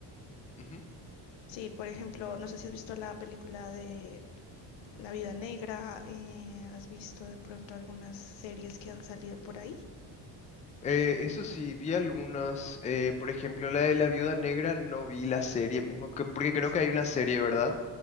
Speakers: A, on the left (about 15°); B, on the left (about 75°).
A: Ujú.
B: Sí, por ejemplo, no sé si has visto la película de mm, La Vida Negra, eh, has visto de pronto algunas series que han salido por ahí.
A: Eh, eso sí, vi algunas, eh, por ejemplo, la de la Viuda Negra, no vi la serie mismo, que- porque creo
B: Es
A: que
B: una
A: hay una
B: serie.
A: serie, ¿verdad?